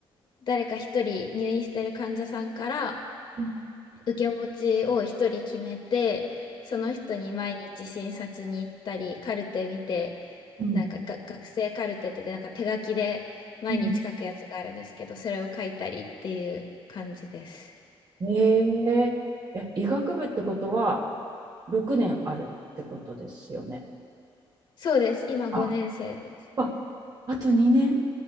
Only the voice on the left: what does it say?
誰か一人入院してる患者さんから
受け持ちを一人決めて、その人に毎日診察に行ったり、カルテ見て、
なんかが学生カルテって言ってなんか手書きで毎日書くやつがあるんですけど、
それを書いたりっていう感じです。
そうです。今5年生です。